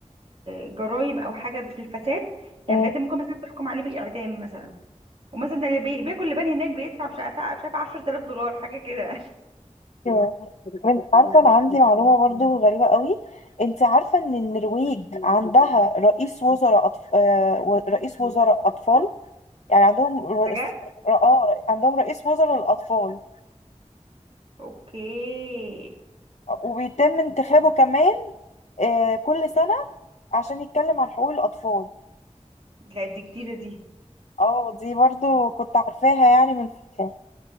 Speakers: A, on the right (about 50°); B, on the left (about 65°).
A: جرائم او حاجة في الفساد يعني
B: آه.
A: بجد ممكن مثلا تحكم عليه بالإعدام مثلا ومثلا ده اللي بي- بياكل لبان هناك بيدفع مش عارفة مش عارفة 10000 دولار حاجة كده
B: ايوه طب انت عارفة انا عندي معلومة برضو غريبة قوي انت عارفة ان النرويج عندها رئيس وزراء أطف... آه. و- رئيس وزراء اطفال يعني عندهم رئيس...
A: <laughs> بجد
B: اه عندهم رئيس وزراء للاطفال
A: اوكي
B: وبيتم انتخابه كمان آه، كل سنة عشان يتكلم عن حقوق الأطفال
A: لا دي جديدة دي
B: اه دي برضو كنت عارفاها يعني من فترة